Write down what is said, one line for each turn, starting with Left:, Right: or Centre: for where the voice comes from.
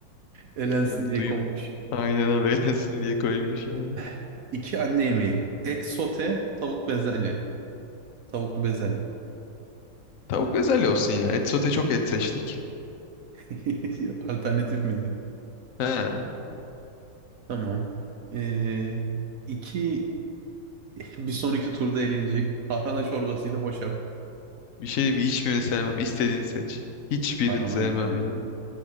Right: elensin
Left: E,
Right: diye
Left: duyum
Right: konmuş
Left: aynen haberlesin diye koymuş ya.
Right: <clears throat> iki anne yemeği et sote tavuk bezelye tavuklu bezelye
Left: Tavuk bezelye olsun ya. Et sote çok et seçtik.
Right: <laughs> alternatif mi diyor
Left: He.
Right: tamam ee, iki Bir sonraki turda elenecek. Tarhana çorbasıyla hoşaf.
Left: Bir şey diyeyim mi? Hiçbirini sevmem. İstediğini seç. Hiçbirini
Right: Tarhana
Left: sevmem
Right: güzeldir
Left: yani.
Right: diye.